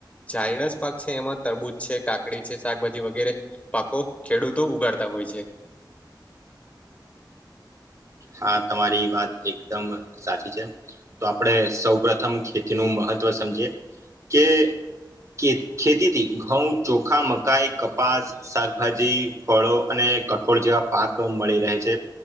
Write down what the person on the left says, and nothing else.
ઝાયડસ પાક છે, એમાં તરબૂજ છે, કાકડી છે, શાકભાજી વગેરે પાકો ખેડૂતો ઉગાડતા હોય છે.